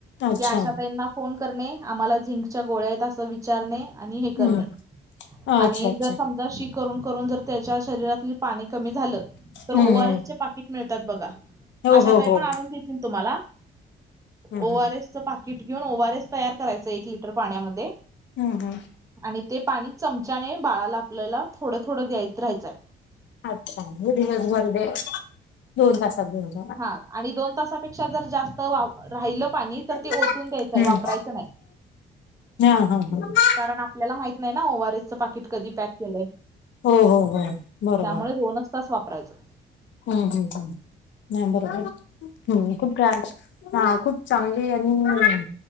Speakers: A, on the left (about 70°); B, on the right (about 15°).
A: अच्छा
B: की आशा ताईंना फोन करणे. आम्हाला झिंकच्या गोळ्या आहेत असं विचारणे आणि हे
A: हम्म
B: करणे.
A: अच्छा
B: आणि
A: अच्छा
B: जर समजा शी करून करून जर त्याच्या शरीरातली पाणी कमी झालं, तर ओआरएस
A: हम्म हम्म
B: पाकीट मिळतात बघा.
A: हो
B: आशाताई
A: हो हो
B: पण आणून देेतील तुम्हाला.
A: हम्म
B: ओआरएसचं
A: हम्म
B: पाकिट घेऊन ओआरएस तयार करायचं एक लिटर पाण्यामध्ये.
A: हम्म हम्म.
B: आणि ते पाणी चमच्याने बाळाला आपल्याला थोडं थोडं देत राहायचय.
A: अच्छा. दिवसभर दोन तासात दो
B: हा आणि दोन तासापेक्षा जर जास्त वा राहिल पाणी तर
A: हम्म
B: ते ओतून द्यायचं वापरायचं नाही. <inaudible>
A: हा हा हा.
B: कारण आपल्याला माहित नाही ना. ओआरएस च पाकीट कधी पॅक केलंय.
A: हो हो हो बरोबर
B: त्यामुळे दोनच तास वापरायचं.
A: हम्म हम्म हम्म. नाय बरोबर हम्म. खुप हा खूप चांगली आणि